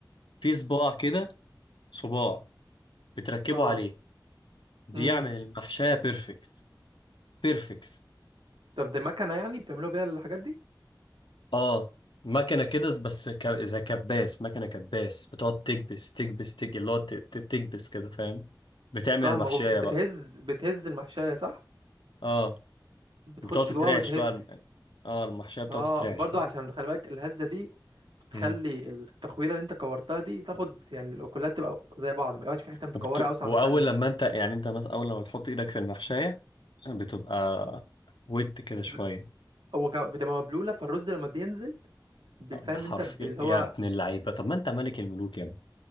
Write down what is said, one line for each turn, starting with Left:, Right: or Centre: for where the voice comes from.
Left: في صباع كده صباع بتركبه
Right: اه
Left: عليه بيعمل
Right: امم
Left: المحشية بيرفكت بيرفكت
Right: طب دي مكنه يعني بتعملوها بيها الحاجات دي
Left: اه مكنة كده بس ك... زي كباس مكنة كباس بتقعد تكبس تكبس تك اللي هو ت- ت- تكبس كده فاهم بتعمل
Right: فاهمك
Left: المحشية
Right: وب-
Left: بقى
Right: بتهز بتهز المحشيه صح
Left: اه
Right: بتخش
Left: بتقعد تترعش
Right: جواها وتهز
Left: بقى الم- اه المحشية بتقعد
Right: اه
Left: تترعش
Right: برضو
Left: بقى
Right: عشان خلي بالك الهزه دي بتخلي
Left: مم.
Right: التخويره اللي انت كورتها دي تاخد يعني الاكلات تبقى زي بعض ما يبقاش في حته متكوره
Left: وبت...
Right: اوسع
Left: واول
Right: من التانيه
Left: لما انت يعني انت مثلا اول لما بتحط ايدك في المحشايه بتبقى ود كده شويه
Right: ب- هو كا- بتبقى مبلوله فالرز لما بينزل بالفهم
Left: بحرف
Right: انت ب-
Left: يا
Right: اللي
Left: يا
Right: هو
Left: ابن اللعيبه طب ما انت ملك الملوك يا ابني